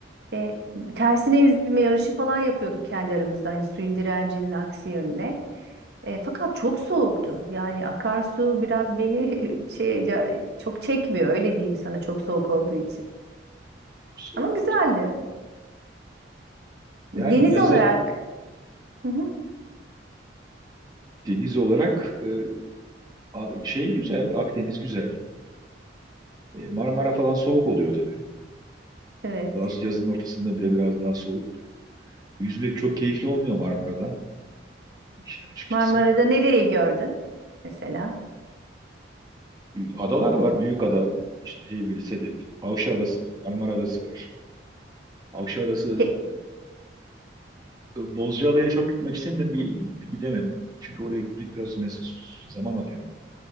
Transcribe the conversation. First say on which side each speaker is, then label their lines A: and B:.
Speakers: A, on the right (about 55°); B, on the right (about 20°).
A: e, tersine yüzme yarışı falan yapıyorduk kendi aramızda, hani suyun direncinin aksi yönüne. E, fakat çok soğuktu. Yani akarsu biraz beni <laughs> şey ca- çok çekmiyor, öyle diyeyim sana çok soğuk olduğu için.
B: soğuk
A: Ama güzeldi.
B: olur. Yani
A: Deniz
B: yazı
A: olarak, hı hı,
B: deniz olarak e, a- şey güzel, Akdeniz güzel. E, Marmara falan soğuk oluyor tabii.
A: evet.
B: Daha yazın ortasında bile biraz daha soğuk. Yüzmek çok keyifli olmuyor Marmara'da işin açıkçası.
A: Marmara'da nereyi gördün mesela?
B: Adalar var. Büyük ada. İşte Heybeli, Sedef. Avşa Adası var. Marmara Adası var. Avşa Adası
A: He-
B: e, Bozcaada'ya çok gitmek istedim de bir gidemedim. Çünkü oraya gitmek biraz mes- zaman alıyor.